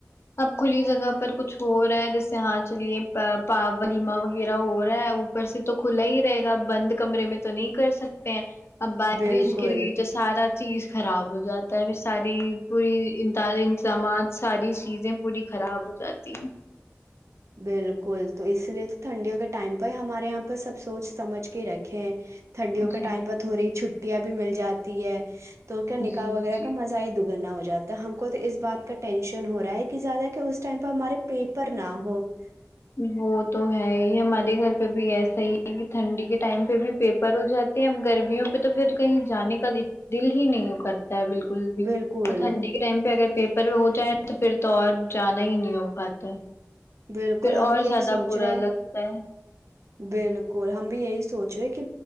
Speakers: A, on the left; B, on the right.
A: اب کھلی جگہ پر کچھ ہو رہا ہے جیسے جی سے ہاں چلیے پا ولیما وغیرہ ہو رہا ہے اوپر سے تو کھلا ہی رہے گا بند کمرے میں تو نہیں کر سکتے ہیں اب بارش
B: بالکل
A: گر گئی تو سارا چیز خراب ہو جاتا ہے پھر ساری پوری انتظامات ساری چیزیں پوری خراب ہو جاتی ہیں
B: بالکل تو اس لیے تو ٹھنڈیوں کے ٹائم پہ ہی ہمارے یہاں پہ سب سوچ سمجھ رکھیں ٹنڈیوں کے
A: جی
B: ٹائم پر تھ ہوڑی چ چٹیاں بھی مل جاتی ہے تو کیا نکاح
A: جی
B: وغیرہ
A: جی
B: کا مزہ ہی د گگننا ہو جاتا ہم کو تو اس بات کا ٹینشن ہو رہا ہے کہ زیادہ کہ اس ٹائم پہ ہمارے پیپر نہ ہو <unintelligible>
A: وہ تو ہے یہ ہمارے گھر پہ بھی ایسا ہی ہے کہ ٹھنڈی کے ٹائم پہ بھی پیپر ہو جاتے ہیں اب گرمیوں پہ تو پھر کہیں جانے کا دل ہی نہیں کرتا بالکل بھی
B: بالکل
A: اور ٹھنڈی کے ٹائم پہ اگر پیپر ہو جائےیں تو پھر تو جانا ہی نہیں ہو پتا
B: بالکل
A: پھر
B: ہم
A: اور
B: بھی یہی
A: زیادہ
B: سوچ
A: برا
B: رہے
A: لگتا ہے
B: بالکل ہم بھی یہی سوچ رہے کہ